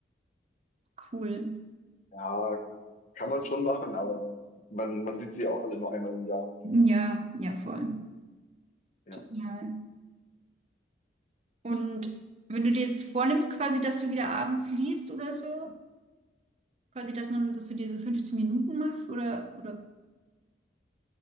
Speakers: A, on the right; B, on the left.
A: Cool.
B: Ja, kann man schon machen, aber man, man sieht sie ja auch alle nur einmal im Jahr.
A: Ja, ja, voll.
B: Ja.
A: Total. Und wenn du dir jetzt vornimmst, quasi, dass du wieder abends liest oder so, quasi, dass man, dass du dir so 15 Minuten machst oder, oder,